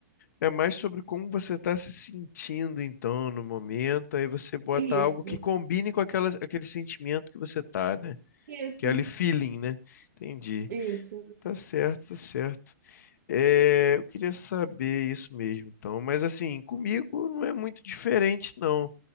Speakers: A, on the left; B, on the right.
A: É mais sobre como você está se sentindo, então, no momento. Aí você bota
B: Isso,
A: algo que combine com aquela, aquele sentimento que você tá, né?
B: isso,
A: Aquele feeling, né? Entendi.
B: isso.
A: Tá certo, tá certo. É, eu queria saber isso mesmo, então. Mas assim, comigo não é muito diferente, não.